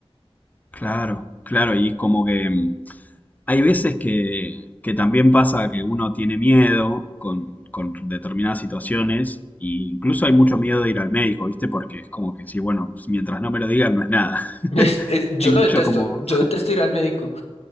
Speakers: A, on the left; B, on the left.
A: claro, claro, y como que... mm, Hay veces que, que también pasa que uno tiene miedo con, con determinadas situaciones, e incluso hay mucho miedo de ir al médico, ¿viste? Porque es como que sí, bueno, mientras no me lo digan, no es nada. <laughs>
B: Es- es- yo
A: Hay
B: lo
A: mucho
B: detesto,
A: como,
B: yo detesto ir al médico.